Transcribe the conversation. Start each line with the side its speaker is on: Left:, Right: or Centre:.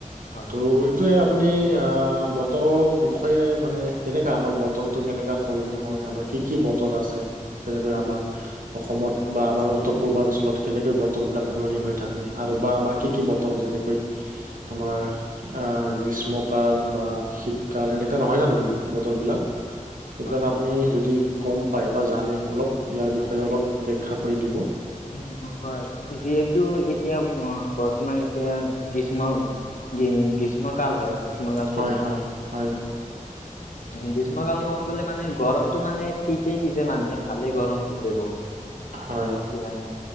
Left: হয়
Right: ত' এইটোৱে আপুনি আ, বতৰৰ বিষয়ে মানে কেনেকা আমাৰ বতৰটো কেনেকা সলনি হয় আমাৰ কি কি বতৰ আছে তেনেকৈ আমাৰ অসমত বা আমাৰ উত্তৰ পূৰ্বাঞ্চলত কেনেকৈ বতৰবিলাক সলনি হৈ থাকে আৰু বা আমাৰ কি কি বতৰ যেনেক কৈ আমাৰ আ, গ্ৰীষ্মকাল বা শীতকাল এনেকা নহয় জানো বতৰবিলাক? এইবিলাক
Left: হয় হয়।
Right: আপুনি যদি গম পায় বা জানে অলপ ইয়াৰ বিষয়ে অলপ ব্যখ্যা কৰি দিব।
Left: উম, হয় যিহেতু এতিয়া বৰ্তমান এতিয়া গ্ৰীষ্ম গ্ৰীষ্ম কাল হয়। গ্ৰীষ্ম কাল
Right: হয় - হয় - হয়
Left: উম, গ্ৰীষ্মকাল কব গলে মানে গৰমটো মানে ঠিকেই দিছে মানে ভালে গৰম দিছে দিছে বহুত
Right: হয়
Left: মানে যেতিয়া